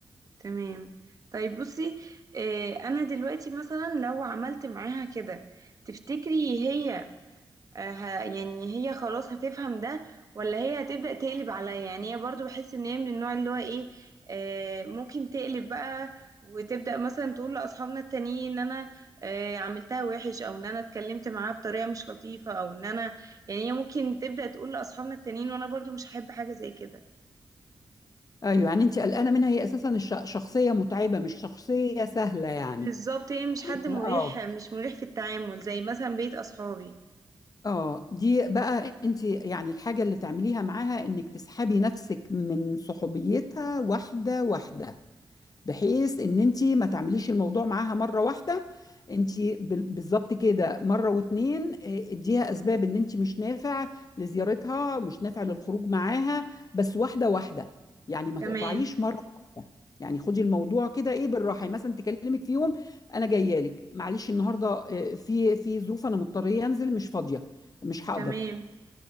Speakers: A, on the right (about 45°); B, on the left (about 45°).
A: تمام طيب بصي آه، انا دلوقتي مثلا لو عملت معاها كده تفتكري هي آه، ه- يعني هي خلاص هتفهم ده ولا هي هتبدأ تقلب عليا يعني هي برضو بحس ان هي من النوع اللي هو ايه آه، ممكن تقلب بقى وتبدأ مثلا تقول لأصحابنا التانيين ان انا آه، عملتها وحش او ان انا اتكلمت معاها بطريقة مش لطيفة او ان انا يعني هي ممكن تبدأ تقول لأصحابنا التانيين وانا برضو مش هحب حاجة زي كده
B: ايوه يعني انت قلقانة منها هي اساسا الش- شخصية متعبة مش شخصية سهلة يعني
A: بالظبط هي مش حد
B: يعني
A: مريح
B: اه
A: مش مريح في التعامل زي مثلا بيت أصحابي
B: اه دي بقى انت يعني الحاجة اللي تعمليها معاها انك تسحبي نفسك من صحوبيتها واحدة واحدة بحيث ان انت ما تعمليش الموضوع معاها مره واحده انت بال- بالظبط كده مره واتنين آه، اديها اسباب ان انت مش نافع لزيارتها مش نافع للخروج معاها بس واحده واحده يعني ما
A: تمام
B: تقطعيش مره واحده يعني خدي الموضوع كده ايه بالراحه يعني مثلا تكلمك في يوم انا جايه لك معلش النهارده آه، في في ظروف انا مضطريه انزل مش فاضيه مش هقدر
A: تمام